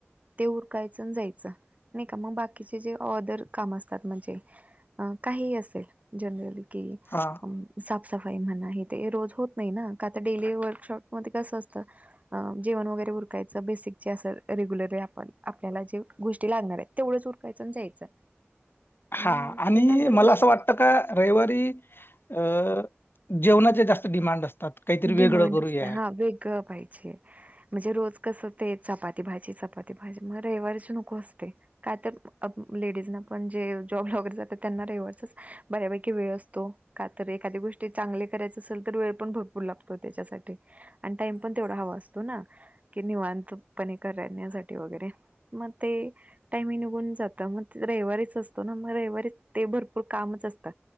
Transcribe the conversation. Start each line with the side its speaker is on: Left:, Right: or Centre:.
Right: ते उरकायचंअनं जायचं नाय का मग बाक किजे जे अदर काम असतात म्हणजे काहीही असेल जनरली कि
Left: हां.
Right: अ साफसफाई म्हणा हे ते रोज होत नाही ना का त डेली वर्कशॉप मध्ये कसं असतं अ जेवण वगैरे उरकायचं बेसिक जे असेल रेग्युलरली आपण आपल्याला जे गोष्टी लागणार आहेत. तेवढं उरकायचं आणी जायचं.
Left: हा
Right: मग
Left: आणि
Right: ते नंतर
Left: मला
Right: कसं
Left: असं
Right: होत
Left: वाटत का. रविवारी अ जेवणाचे जास्त डिमांड असतात. काहीतरी वेगळं
Right: डिमांड
Left: करूया
Right: असत हा वेगळं पाहिजे. म्हणजे रोज कस ते चपाती भाजी चपाती भाजी मग रविवारीची नको असते. काय तर लेडीज ना पण जे जॉब वगैरे जातात त्यांना रविवारच बऱ्यापैकी वेळ असतो का तर एखादी्या गोष्टी चांगली करायच असेल तर वेळ पण भेटतो. लागतो त्याच्यासाठी आणि टाइम पण तेवढा हवा असतो ना, कि निवांतपणे कर राण्यासाठी वगैरे मग ते, टायमी निघून जात मग रविवारीच असतो ना मग रविवारीच ते भरपूर कामच असतं.